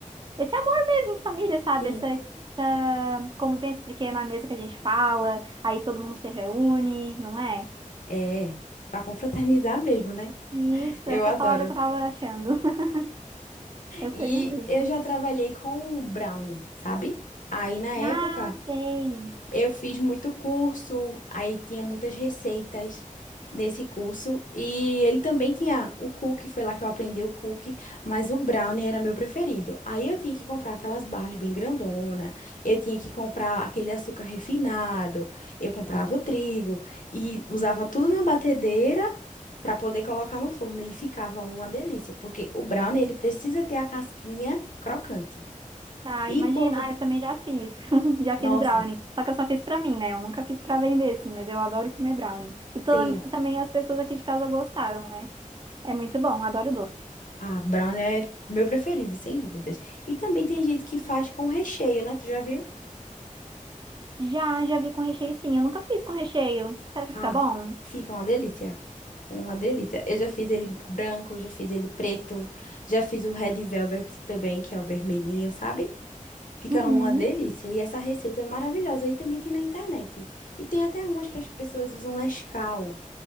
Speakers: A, on the right; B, on the left.
A: esse amor mesmo em família, sabe?
B: Sim.
A: Essa, essa convivência, porque é na mesa que a gente fala, aí todo mundo se reúne, não é?
B: É, pra confraternizar mesmo, né?
A: Isso,
B: Eu
A: essa
B: adoro.
A: é a palavra que eu tava achando. <laughs> Essa
B: E
A: aí mesmo.
B: eu já trabalhei com brownie, sabe? Aí na época
A: Ah, sei.
B: Eu fiz muito curso, aí tinha muitas receitas nesse curso. E ele também tinha o cookie, foi lá que eu aprendi o cookie, mas o brownie era meu preferido. Aí eu tinha que comprar aquelas barras bem grandona, eu tinha que comprar aquele açúcar refinado, eu comprava o trigo e usava tudo na batedeira para poder colocar no forno e ficava uma delícia, porque o brownie ele precisa ter a casquinha crocante.
A: Ah,
B: E
A: imagina.
B: por,
A: Ah, eu também já fiz. <laughs> Já fiz
B: nossa,
A: brownie. Só que eu só fiz pra mim, né? Eu nunca fiz pra vender, assim, mas eu adoro comer brownie. E to-
B: sim.
A: também as pessoas aqui de casa gostaram, né? É muito bom, adoro doce.
B: Ah, brown é meu preferido, sem dúvidas. E também tem gente que faz com recheio, né? Tu já viu?
A: Já, já vi com recheio sim. Eu nunca fiz com recheio. Será que fica
B: Ah,
A: bom?
B: fica uma delícia. Uma delícia. Eu já fiz ele branco, já fiz ele preto, já fiz o red velvet também, que é o vermelhinho, sabe? Fica
A: Uhum.
B: uma delícia. E essa receita é maravilhosa. E também tem na internet. E tem até umas que as pessoas usam Nescau,